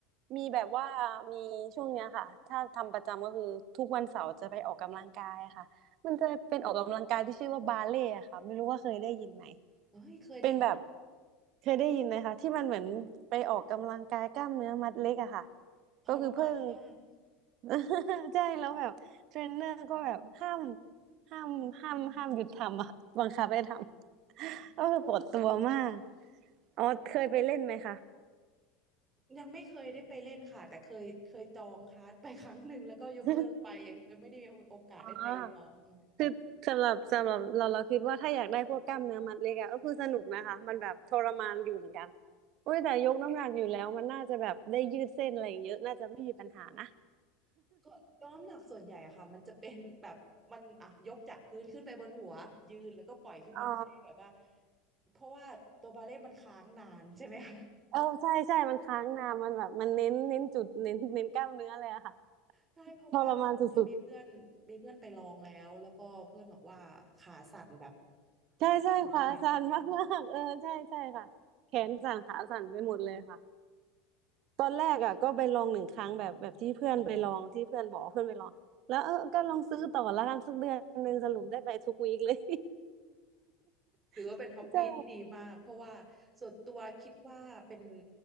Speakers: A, on the right (about 55°); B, on the right (about 25°).
A: มีแบบว่ามีช่วงเนี้ยค่ะถ้าทำประจำก็คือทุกวันเสาร์จะไปออกกำลังกายค่ะมันจะเป็นออกกำลังกายที่ชื่อว่าบาเล่ค่ะไม่รู้ว่าเคยได้ยินไหม
B: เฮ้ยเคยได้
A: เป็นแบบเคยได้ยินไหมคะที่มันเหมือนไปออกกำลังกายกล้ามเนื้อมัดเล็กอะค่ะ
B: ทรมานมาก
A: ก็คือเพิ่ง <laughs> ใช่แล้วแบบเทรนเนอร์ก็แบบห้ามห้ามห้ามห้ามหยุดทำอะบังคับให้ทำ <laughs> ก็คือปวดตัวมาก
B: โอ้
A: อ๋อเคยไปเล่นไหมคะ
B: ยังไม่เคยได้ไปเล่นค่ะแต่เคยเคยจองคลาส <laughs> ไปครั้งหนึ่งแล้วก็ยกเลิกไปเลยไม่ได้มีโอกาสได้ไปลอง
A: <laughs> อ๋อ คือสำหรับสำหรับเราเราคิดว่าถ้าอยากได้พวกกล้ามเนื้อมัดเล็กอะก็คือสนุกนะคะมันแบบทรมานอยู่เหมือนกันอุ้ยแต่ยกน้ำหนักอยู่แล้วมันน่าจะแบบได้ยืดเส้นอะไรอย่างเยอะน่าจะไม่มีปัญหานะ
B: ส่วนยกน้ำหนักส่วนใหญ่อะค่ะมันจะเป็นแบบมันอ่ะยกจากพื้นขึ้นไปบนหัวยืนแล้วก็ปล่อยคือมันไม่ได้แบบว่า
A: <laughs> อ๋อ
B: เพราะว่าตัวบาเล่ต์มันค้างนานใช่ไหมคะ
A: เออใช่ใช่มันค้างนานมันแบบมันเน้นเน้นจุดเน้นเน้นกล้ามเนื้อเลยอะค่ะ
B: ใช่เพราะว่ายังมีเพื่อนมีเพื่อนไปลองแล้วแล้วก็เพื่อนบอกว่าขาสั่นแบบ
A: ทรมานสุดๆใช่ใช่ขาสั่นมากๆเออใช่ใช่ค่ะแขนสั่นขาสั่นไปหมดเลยค่ะ
B: มาก
A: ตอนแรกอ่ะก็ไปลองหนึ่งครั้งแบบแบบที่เพื่อนไปลองที่เพื่อนบอกว่าเพื่อนไปลองแล้วเออก็ลองซื้อต่อละกันสักเดือนหนึ่งสรุปได้ไปทุกวีคเลย
B: ถือว่าเป็นฮ็อบบี้ที่ดีมากเพราะว่าส่วนตัวคิดว่าเป็น
A: <laughs> ใช่